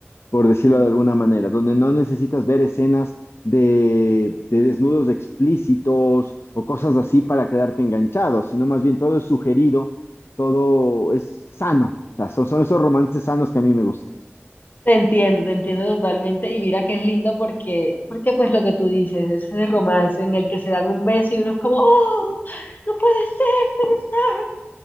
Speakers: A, on the left (about 70°); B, on the left (about 45°).
A: por decirlo de alguna manera, donde no necesitas ver escenas de, de desnudos explícitos o cosas así para quedarte enganchado, sino más bien todo es sugerido, todo es sano. O sea, son, son esos romances sanos que a mí me gustan.
B: Te entiendo, te entiendo totalmente. Y mira que es lindo porque, porque pues lo que tú dices, es ese romance en el que se dan un beso y uno es como, ¡oh! No puede ser, se besaron.